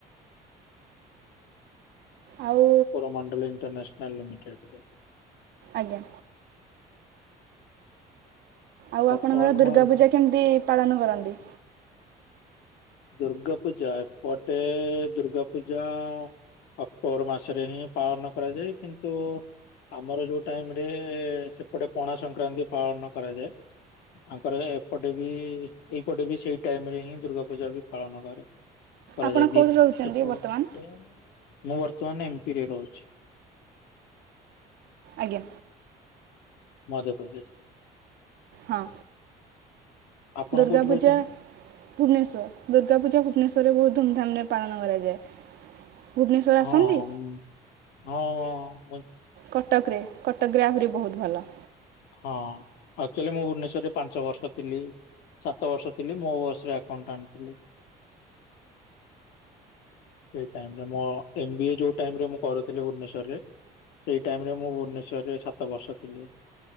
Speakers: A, on the right; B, on the left.
A: ଆଉ
B: କରମଣ୍ଡଳ ଇଣ୍ଟରନେସନାଲ୍ ଲିମିଟେଡ଼ରେ।
A: ଆଜ୍ଞା। ଆଉ
B: ବର୍ତ୍ତମାନ
A: ଆପଣଙ୍କର ଦୁର୍ଗା
B: ମୁଁ
A: ପୂଜା କେମିତି ପାଳନ କରନ୍ତି?
B: ଦୁର୍ଗା ପୂଜା, ଏପଟେ ଦୁର୍ଗା ପୂଜା ଅକ୍ଟୋବର ମାସରେ ହିଁ ପାଳନ କରାଯାଏ, କିନ୍ତୁ ଆମର ଯୋଉ ଟାଇମରେ ସେପଟେ ପଣା ସଂକ୍ରାନ୍ତି ପାଳନ କରାଯାଏ। ଆଙ୍କର ଏପଟେ ବି ଏଇପଟେ ବି ସେଇ ଟାଇମ ରେ ହିଁ ଦୁର୍ଗା ପୂଜା ବି ପାଳନ କରେ, କରାଯାଏ
A: ଆପଣ
B: ଦୀପ
A: କୋଉଠି ରହୁଛନ୍ତି
B: ଏପଟେ
A: ବର୍ତ୍ତମାନ?
B: ମୁଁ ବର୍ତ୍ତମାନ ଏମ ପି ରେ ରହୁଛି।
A: ଆଜ୍ଞା।
B: ମଧ୍ୟପ୍ରଦେଶ।
A: ହଁ।
B: ଆପଣ
A: ଦୁର୍ଗା
B: କୋଉଠି
A: ପୂଜା
B: ରହୁଛନ୍ତି?
A: ଭୁବନେଶ୍ଵର ଦୁର୍ଗା ପୂଜା ଭୁବନେଶ୍ୱରରେ ବହୁତ ଧୁମଧାମରେ ରେ ପାଳନ କରାଯାଏ। ଭୁବନେଶ୍ୱର
B: ହଁ
A: ଆସନ୍ତି?
B: -ହଁ - ହଁ।
A: କଟକ ରେ, କଟକରେ ଆହୁରି ବହୁତ ଭଲ।
B: ହଁ ଏକ୍ଟୁଆଲି ମୁଁ ଭୁବନେଶ୍ୱରରେ ପାଞ୍ଚ ବର୍ଷ ଥିଲି। ସାତ ବର୍ଷ ଥିଲି, ମୁଁ ସେ ଆକାଉଣ୍ଟାଣ୍ଟ ଥିଲି। ସେ ଟାଇମ୍ ମୋ ଏମ ବି ଏ ଯୋଉ ଟାଇମରେ ମୁଁ କରୁଥିଲି ଭୁବନେଶ୍ୱରରେ - ସେଇ ଟାଇମ ରେ ମୁଁ ଭୁବନେଶ୍ୱରରେ ସାତ ବର୍ଷ ଥିଲି